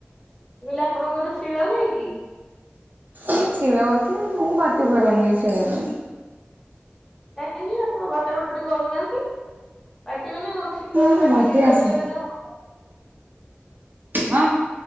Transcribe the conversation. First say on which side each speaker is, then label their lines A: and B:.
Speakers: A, on the left; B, on the right.
A: ମୁ କହିଲି ଆପଣଙ୍କର ଶିଳ ନାହିଁ କି?
B: ଅ ଶିଳ ଅଛି ମୁଁ ବାଟି ପାରେନି ଶିଳରେ।
A: କାହିଁକି ଆପଣ ବାଟା ବାଟି କରୁନାହାନ୍ତି ବାଟିବେ ନା ଆଉ ଶିଳରେ
B: ମତେ
A: ବାଟିକି
B: ବାଟି
A: କରିବାରେ
B: ଆସେ
A: ଯୋଉ ମଯା
B: ହଁ?